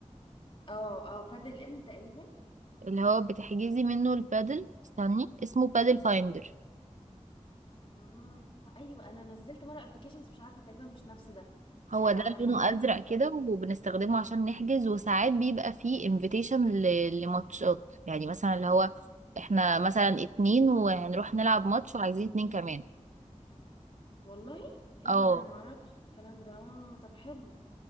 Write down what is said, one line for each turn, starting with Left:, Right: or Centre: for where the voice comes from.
Left: اه اه بادل ان تقريبا
Right: اللي هو بتحجزي منه البادل استني اسمه بادل فايندر
Left: آه، ايوه انا نزلت مره ابلكيشنز مش عارفه تقريبا مش نفس ده
Right: هو
Left: كان
Right: ده
Left: على حجوزات
Right: لونه ازرق كده
Left: بادل
Right: وبنستخدمه عشان نحجز وساعات بيبقى فيه انفيتيشن لماتشات يعني مثلا اللي هو احنا مثلا اتنين وهنروح نلعب ماتش وعايزين اتنين كمان
Left: والله ايه
Right: اه
Left: ده ده انا معرفش الكلام ده اه طب حلو